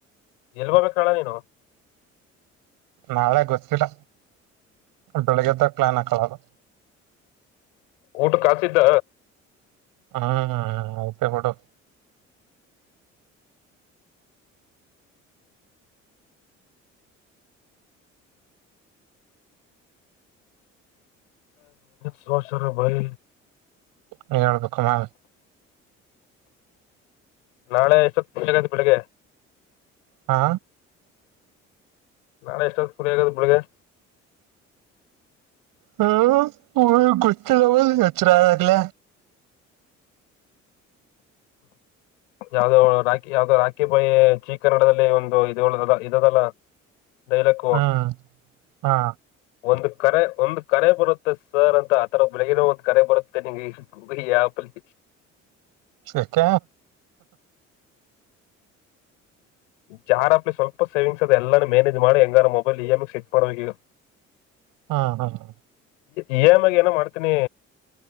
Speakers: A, on the left; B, on the right.
A: ಎಲ್ಲಿ ಹೋಗಬೇಕ ಕಣ ನೀನು
B: ನಾಳೆ ಗೊತ್ತಿಲ್ಲ ಬೆಳಿಗ್ಗೆದಾಗ ಪ್ಲಾನ್ ಹಾಕಳೋದು
A: ಊಟ ಕಾಸಿದ್ದ
B: ಹ್ಮ್ ಹ್ಮ್ ಬಿಡು
A: ಸ್ವ ಸರ ಭಯ
B: ನೀ ಹೇಳ್ಬೇಕಮ್ಮ
A: ನಾಳೆ ಎಷ್ಟತ್ತು ಆಗ ಬೆಳಗ್ಗೆ
B: ಹಾ
A: ನಾಳ ಎಷ್ಟ್ಲಿ ಆಗದ ಮುಳಗೆ
B: ಹ್ಮ್ ಗುಷ್ತ ಜವ ಹಚರಾಗಲ
A: ಯಾವ್ದೋ ರಾಖಿ ಯಾವ್ದೋ ರಾಖಿ ಬಾಯಿ ಚೀ ಕನ್ನಡದಲ್ಲಿ ಒಂದು ಇದ ಇದದಲ್ಲಾ ಲಕ್ಕುವ
B: ಹ್ಮ್ ಹಾ
A: ಒಂದ್ ಕರೆ ಒಂದ್ ಕರೆ ಬರುತ್ತೆ ಸರ್ ಅಂತ ಆತರ ಬೆಳಗಿನ ಒಂದ್ ಕರೆ ಬರುತ್ತೆ ನಿಂಗೆ ಹಯ ಪಲ್ಲಿ
B: ಶಕ್ಕ
A: ಜಾರ್ ಅಪ್ಲಿ ಸ್ಲ್ ಸೇವಿಂಗ್ ಅದೆಲ್ಲಾ ಮನೇಜ್ ಮಾಡ ಹೆಂಗಾರ ಮೊಬೈಲ್ ಇ ಎಮ್ ಸೆಟ್ ಮಾಡ್ಬೇಕು ಈಗ
B: ಹಾ ಹಾ ಹ
A: ಈ ಮಾಗ ಏನೋ ಮಾಡ್ತೀನಿ